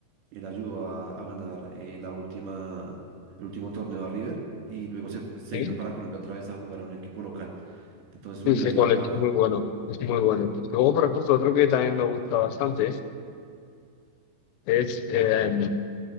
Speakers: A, on the right (about 70°); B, on the left (about 90°).
A: él ayudó a, a ganar eh, la última, el último torneo a River y luego se, fu- se
B: Sí,
A: vino para Colombia otra vez a jugar a un equipo local. Entonces su
B: sí,
A: nivel
B: sé cuál
A: a,
B: es,
A: a-
B: es muy bueno, es muy bueno. Luego, por ejemplo, otro que también me gusta bastante es eh,